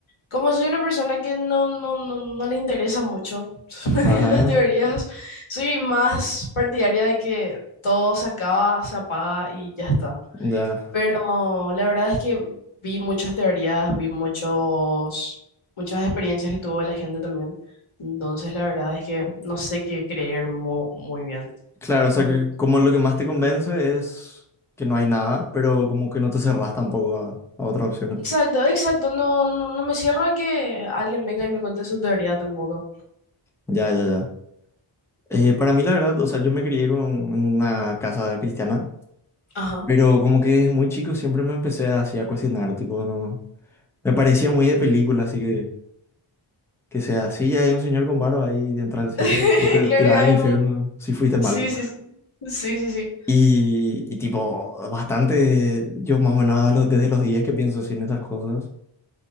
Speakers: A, on the left (about 75°); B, in the centre.
A: como soy una persona que no, no, no, no le interesa mucho <laughs>
B: ajá,
A: las teorías, soy más partidaria de que todo se acaba, se apaga y ya está.
B: ya.
A: Pero la verdad es que vi muchas teorías, vi muchos, muchas experiencias que tuvo la gente también. Entonces, la verdad es que no sé qué creer mu- muy, bien.
B: Claro, o sea,
A: ¿Vos qué-
B: que como lo que más te convence es que no hay nada, pero como que no te cerrás tampoco a, a otras opciones.
A: Exacto, exacto. No, no, no me cierro a que alguien venga y me cuente su teoría tampoco.
B: Ya, ya, ya. Eh, para mí, la verdad, o sea, yo me crié con una casa cristiana,
A: Ajá.
B: pero como que desde muy chico siempre me empecé así a cuestionar, tipo, no. Me parecía muy de película, así que. Que sea así, ya hay un señor con barba ahí entra al cielo,
A: <laughs>
B: o te,
A: Claro
B: te
A: que
B: vas
A: hay
B: al infierno
A: un...
B: si fuiste malo.
A: Sí, sí, sí. Sí, sí, sí.
B: Y, y tipo, bastante, yo más o menos a los- desde los días que pienso así en esas cosas.